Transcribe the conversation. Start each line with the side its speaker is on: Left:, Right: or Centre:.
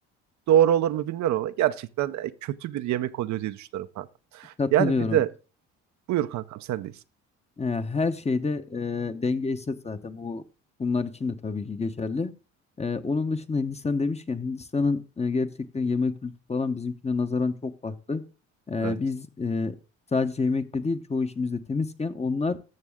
Right: doğru olur mu bilmiyorum ama gerçekten e, kötü bir yemek oluyor diye düşünüyorum kanka.
Left: Katılıyorum.
Right: Yani bir de buyur kankam sendeyiz.
Left: Ee, her şeyde e, denge eşit zaten. Bu bunlar için de tabii ki geçerli. Ee, onun dışında Hindistan demişken Hindistan'ın e, gerçekten yemek kültürü falan bizimkine nazaran çok farklı. Ee,
Right: Evet.
Left: biz e, sadece yemekte değil çoğu işimizde temizken onlar